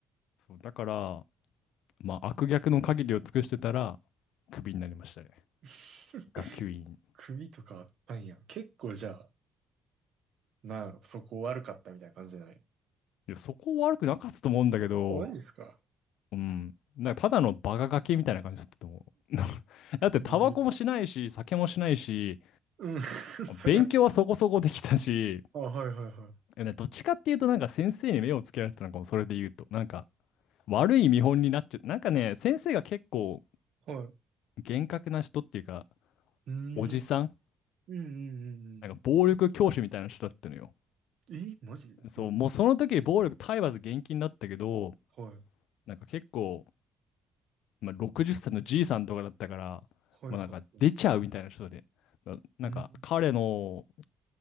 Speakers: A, on the left; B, on the right.
A: そう、だから、まあ、悪逆の限りを尽くしてたら、クビになりましたね。
B: <laughs>
A: 学級委員。
B: 首とかあったんや。結構じゃあ、なんやろ、そこ悪かったみたいな感じじゃない
A: いや、そこ悪くなかったと思うんだけど、
B: あマジですか
A: うん。なんかただのバカガキみたいな感じだったと思う。<laughs> だって、
B: うん。
A: タバコもしないし、酒もしないし、
B: うん <laughs> そりゃ。
A: 勉強はそこそこできたし、
B: あ、はいはいは
A: いやねどっちかっていうと、なんか先生に目をつけられてたのかも、それで言うと。なんか、悪い見本になっちゃう。なんかね、先生が結構
B: い。はい。う
A: 厳格な人っていうか、
B: ん。
A: おじさん、
B: うんうんうん
A: なんか暴力教師みたいな人だったのよ。
B: うん。え、マジでえ、
A: そう、もうその時に暴力体罰厳禁だったけど、
B: はい。
A: なんか結構、まあ、60歳のじいさんとかだったから、
B: はいはいはい。
A: まあ、なんか出ちゃうみたいな人で、な、なんか彼の
B: うん。